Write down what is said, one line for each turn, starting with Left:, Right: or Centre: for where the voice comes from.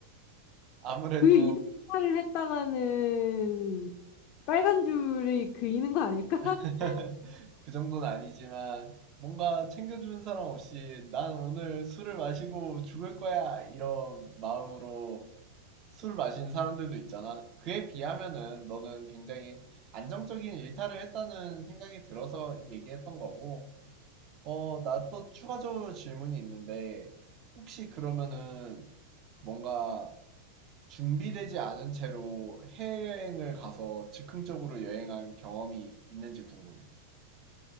Right: 아무래도
Left: 그 이- 일탈을 했다가는 빨간 줄이 그이는 거 아닐까? <laughs>
Right: <laughs> 그 정도는 아니지만 뭔가 챙겨주는 사람 없이 난 오늘 술을 마시고 죽을 거야 이런 마음으로 술 마시는 사람들도 있잖아. 그에 비하면은 너는 굉장히 안정적인 일탈을 했다는 생각이 들어서 얘기했던 거고 어, 나 또 추가적으로 질문이 있는데, 혹시 그러면은 뭔가 준비되지 않은 채로 해외여행을 가서 즉흥적으로 여행한 경험이 있는지 궁금해.